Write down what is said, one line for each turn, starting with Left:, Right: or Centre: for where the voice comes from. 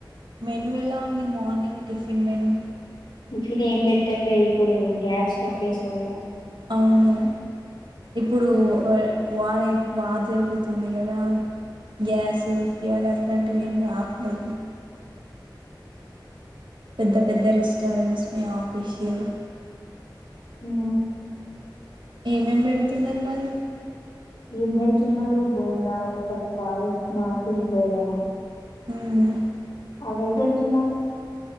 Right: మెను ఎలా ఉంది మార్నింగ్ టిఫిన్ మెనుూ
Left: టిఫిన్ ఏం పెట్టట్లే ఇప్పుడు గ్యాస్ స్టాకేజ్ వల్ల
Right: అవును ఇప్పుడు
Left: ఉమ్
Right: వ వారె వ జరుగుతుంది గదా గ్యాస్ ఫ్యూయల్ అట్లాంటివి ఏమి రావట్లేదు పెద్ద పెద్ద రెస్టారెంట్స్ని ఆఫీషియల్
Left: హు
Right: ఏమేం పెడుతున్నారు మరి
Left: ఎం పెడుతున్నారుా బోండా అ తప్ప ఉప్మా కుులిదేరా
Right: ఉమ్
Left: అవే పెడుతున్నారు.